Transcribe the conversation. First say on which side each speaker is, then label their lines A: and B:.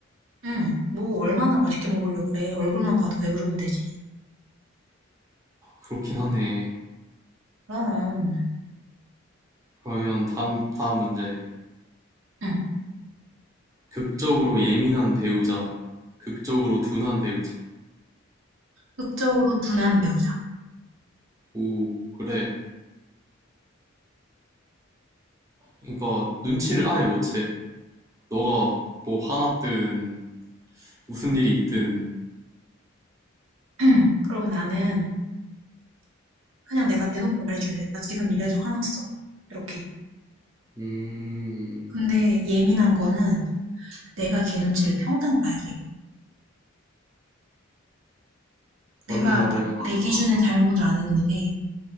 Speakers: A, on the right; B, on the right.
A: 응. 뭐 얼마나 맛있게 먹으려고 그래. 얼굴만 봐도 배부르면 되지.
B: 그렇긴 하네.
A: 그럼.
B: 그러면 다음, 다음 문제.
A: 응.
B: 극적으로 예민한 배우자, 극적으로 둔한 배우자.
A: 극적으로 둔한 배우자.
B: 오, 그래. 그러니까 눈치를 아예 못 채. 너가 뭐 화났든 무슨 일이 있든.
A: 응. 그럼 나는 그냥 내가 대놓고 말해줄래. 나 지금 이래서 화났어. 이렇게.
B: 음,
A: 근데 예민한 거는 내가 걔 눈치를 평생 봐야 돼.
B: 맞는
A: 내가
B: 말이야.
A: 나- 내 기준엔 잘못을 안 했는데